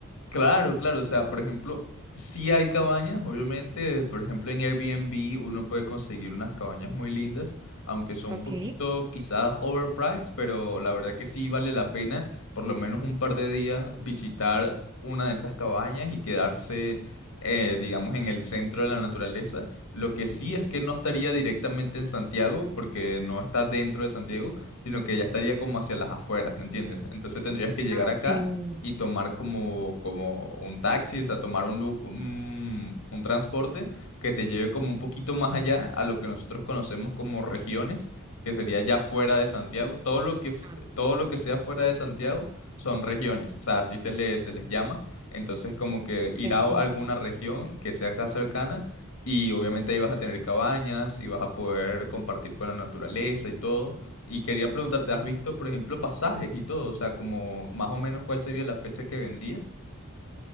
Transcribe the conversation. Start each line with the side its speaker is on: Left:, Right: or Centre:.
Left: Claro, claro, o sea, por ejemplo, sí hay cabañas, obviamente, por ejemplo, en Airbnb uno puede conseguir unas cabañas muy lindas, aunque son
Right: Ok.
Left: un poquito quizás overpriced, pero la verdad que sí vale la pena por lo menos un par de días visitar una de esas cabañas y quedarse, eh, digamos, en el centro de la naturaleza. Lo que sí es que
Right: Ok.
Left: no estaría directamente en Santiago, porque no está dentro de Santiago, sino que ya estaría como hacia las afueras, ¿me entiendes? Entonces tendrías que llegar
Right: Ah,
Left: acá
Right: ok.
Left: y tomar como, como un taxi, o sea, tomar un, lu- un, un transporte que te lleve como un poquito más allá a lo que nosotros conocemos como regiones, que sería ya fuera de Santiago. Todo lo que, f-
Right: Ah,
Left: todo lo que sea fuera de Santiago son regiones, o sea, así se le, se les llama. Entonces, como que ir
Right: ok,
Left: a
Right: ok,
Left: alguna
Right: ok.
Left: región que sea acá cercana y obviamente ahí vas a tener cabañas y vas a poder compartir con la naturaleza y todo. Y quería preguntarte, ¿has visto, por ejemplo, pasajes y todo? O sea, como más o menos cuál sería la fecha que vendrías.